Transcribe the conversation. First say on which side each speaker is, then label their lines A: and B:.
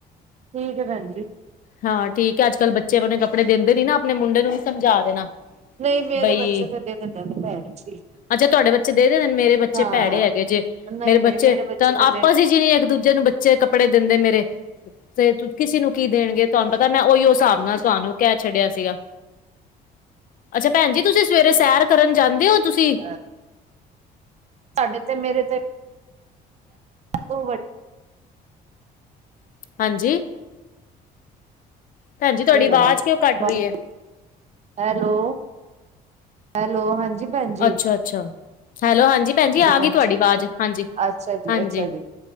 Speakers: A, on the right (about 40°); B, on the left (about 55°).
A: ਠੀਕ ਹੈ ਭੈਣ ਜੀ
B: ਹਾਂ ਠੀਕ ਐ ਅੱਜ- ਕੱਲ ਬੱਚੇ ਆਪਣੇ ਕੱਪੜੇ ਦਿੰਦੇ ਨੀ ਨਾ ਅ ਆਪਣੇ ਮੁੰਡੇ ਨੂੰ ਵੀ ਸਮਝਾ ਦੇਣਾ।
A: ਨਈ ਮੇਰੇ
B: ਬਈ
A: ਬੱਚੇ ਤੇ ਦੇ ਦੇਦੇ ਣ ਭੈਣ ਜੀ।
B: ਅੱਛਾ ਤੁਹਾਡੇ ਬੱਚੇ ਦੇ ਦੇਦੇ ਮੇਰੇ ਬੱਚੇ
A: ਹਾਂ।
B: ਭੈੜੇ ਹੈਗੇ ਜੇ,
A: ਨਹੀਂ
B: ਮੇਰੇ ਬੱਚੇ
A: ਨਹੀਂ
B: ਤਾਂ
A: ਤੇ ਦੇ
B: ਆਪਸ
A: ਦਿੰਦੇ
B: ਹੀ ਜਿਨੀ ਇੱਕ ਦੂਜੇ ਨੂੰ ਬੱਚ ਚੇ ਕੱਪੜੇ ਦਿੰਦੇ ਮੇਰੇ ਤੇ ਕਿਸੇ ਨੂੰ ਕੀ ਦੇਣਗੇ ਤੁਹਾਨੂੰ ਪਤਾ ਮੈਂ ਉਹੀਓ ਹਿਸਾਬ ਨਾਲ ਤੁਆਨੂੰ ਕਹਿ ਛੱਡਿਆ ਸੀਗਾ।
A: <inaudible>
B: ਅੱਛਾ ਭੈਣ ਜੀ ਤੁਸੀਂ ਸਵੇਰੇ ਸੈਰ ਕਰਨ ਜਾਂਦੇ ਹੋ ਤੁਸੀਂ?
A: ਅ ਸਾਡੇ ਤੇ ਮੇਰੇ ਤੇ ਓ ਵੱ
B: ਹਾਂਜੀ। ਭੈਨ ਜੀ
A: ਵੱਡੇ
B: ਤੁਆਡੀ ਵਾਜ਼ ਕਿਓਂ ਕੱਟ
A: ਬਸ
B: ਰਈ ਏ।
A: ਹੈਲੋ, ਹੈਲੋ ਹਾਂਜੀ। ਭੈਣ ਜੀ
B: ਅੱਛਾ-ਅੱਛਾ, ਹੈਲੋ ਹਾਂਜੀ ਭੈਨ ਜੀ ਆ
A: ਭੈਣ
B: ਗਈ ਤੁਆਡੀ
A: ਜੀ।
B: ਵਾਜ਼ ਹਾਂਜੀ-ਹਾਂਜੀ।
A: ਅੱਛਾ ਜੀ ਅੱਛਾ ਜੀ